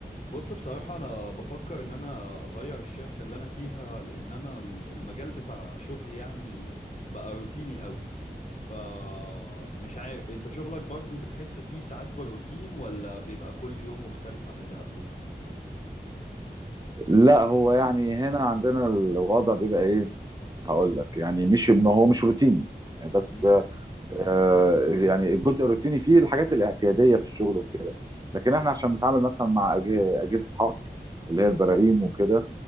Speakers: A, on the left; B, on the right.
A: بص بصراحة أنا بفكر إن أنا أغير الشركة اللي أنا فيها لأن أنا ال- المجال بتاع شغلي يعني بقى روتيني قوي فمش عارف أنت شغلك برضو بتحس فيه ساعات بالروتين ولا بيبقى كل يوم مختلف عن اللي قبله؟
B: لا هو يعني هنا عندنا الوضع بيبقى ايه هقول لك يعني مش ما هو مش روتيني يعني بس
A: امم
B: آه يعني الجزء الروتيني فيه الحاجات الاعتياديه في الشغل وكده لكن احنا عشان بنتعامل مثلا مع أج- اجهزه حفر اللي
A: امم
B: هي البراريم وكده